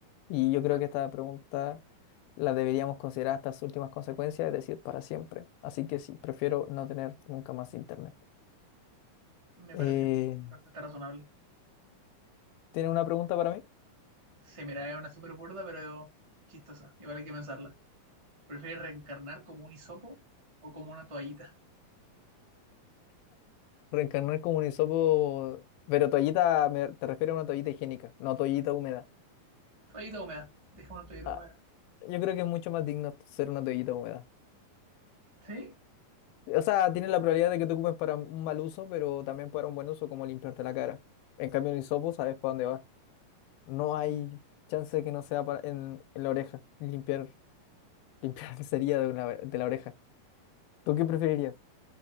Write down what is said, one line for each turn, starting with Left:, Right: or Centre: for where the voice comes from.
Left: Y yo
Right: Exacto,
Left: creo que esta pregunta la deberíamos considerar hasta sus últimas consecuencias, es decir, para siempre. Así que sí, prefiero no tener nunca más internet.
Right: me
Left: Eh,
Right: parece. Respuesta razonable.
Left: ¿tienes una pregunta para mí?
Right: Se miraría una súper burda, pero chistosa. Igual hay que pensarla. ¿Prefieres reencarnar como un hisopo o como una toallita?
Left: Reencarnar como un hisopo, pero toallita, me- te refiero a una toallita higiénica, no toallita húmeda.
Right: Toallita húmeda. Deja una toallita
Left: Ah,
Right: húmeda.
Left: yo creo que es mucho más digno ser una toallita húmeda.
Right: ¿Sí?
Left: O sea, tiene la probabilidad de que tú ocupes para un mal uso, pero también para un buen uso, como limpiarte la cara. En cambio, un hisopo sabes para dónde va. No hay chance de que no sea para- en, en la oreja. Limpiar, limpiar <laughs> sería de, una- de la oreja. ¿Tú qué preferirías?